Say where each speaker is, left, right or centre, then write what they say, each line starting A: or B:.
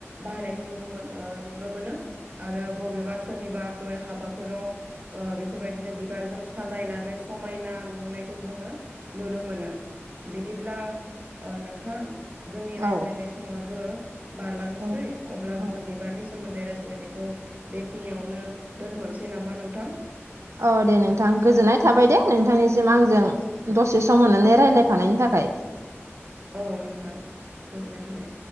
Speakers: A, on the right; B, on the right.
A: बाहायनायखौ नुनो मोन ओ नुनो मोनो। आरो बबेबा सोरनिबाफोर हाबाफोराव। ओ बेफोरबायदिनो बिबारजों साजायनानै समायना नुहोनायखौ जोंङो नुनो मोनो। बिदिब्ला ओ नोंथां जोंनि
B: औ
A: रायज्लायनाय समाबो बारलांनोसै
B: औ
A: अब्ला
B: औ
A: जोंङो बिबारनि सो सोमोन्दै रायज्लायनायखौ बेखिनियावनो दोन्थ'नोसै नामा नोंथां?
B: औ दे नोंथां गोजोननाय थाबाय दे नोंथांनिसिम आंजों। दसे सम मोननानै रायलायफानायनि थाखाय।
A: औ नोंथां गोजोननाय थाबाय।